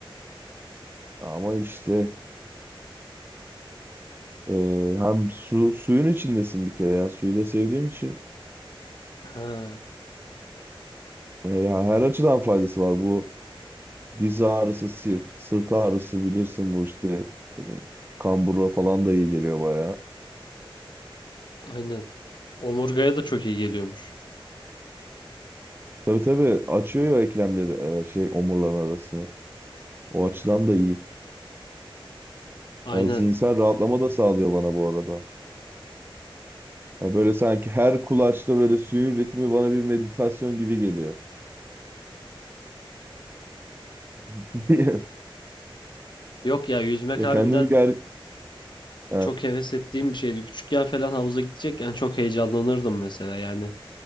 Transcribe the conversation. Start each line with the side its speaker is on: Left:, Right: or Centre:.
Right: Ama işte e, hem su suyun içindesin bir kere ya. Suyu da sevdiğim için.
Left: Ha,
Right: E, ya her açıdan faydası var. Bu diz ağrısı, sırt, sırt ağrısı bilirsin bu işte. E, kambura falan da iyi geliyor bayağı.
Left: aynen. Omurgaya da çok iyi geliyormuş.
Right: Tabii tabii açıyor ya eklemleri e, şey omurların arasını. O açıdan da iyi.
Left: Aynen.
Right: Yani zihinsel rahatlama da sağlıyor bana bu arada. Yani böyle sanki her kulaçta böyle suyun ritmi bana bir meditasyon gibi geliyor. <laughs>
Left: Yok ya yüzmek
Right: Ya
Left: harbiden
Right: kendimi ger... Ha,
Left: çok heves ettiğim bir şeydi. Küçükken falan havuza gidecekken çok heyecanlanırdım mesela yani.